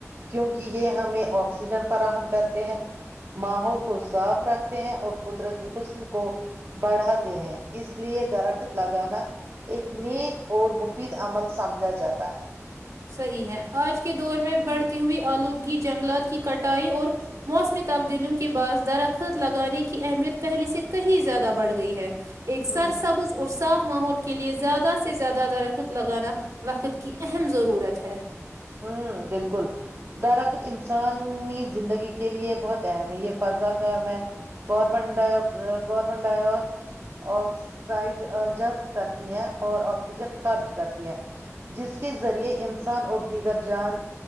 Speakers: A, on the right (about 50°); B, on the right (about 75°).
A: کیونکہ یہ ہمیں آکسیجن فراہم کرتے ہیں ماحول کو صاف رکھتے ہیں اور قدرتی حسن کو بڑھاتے ہیں اس لیے درخت لگانا ایک نیک اور مفید عمل سمجھا جاتا ہے
B: صحیح ہے آج کے دور میں بڑھتی ہوئی آلودگی جنگلات کی کٹائی اور موسمی تبدیلیوں کے بعض درخط لگانے کی اہمیت پہلے سے کہیں زیادہ بڑھ گئی ہے ایک سر
A: ہوں
B: سبز اور صاف ماحول کے لیئے زیادہ سے زیادہ درخت لگانا وقت کی اہم ز ضرورت ہے
A: ہ بالکل درخت انسانی زندگی کے لیے بہت اہم ہے یہ فضا کام کاربن کاربن ڈائی آکسائڈ جذب کرتی ہے اور آکسیجن خارج کرتی ہے جس کے ذریعے انسان اردو دیگر جان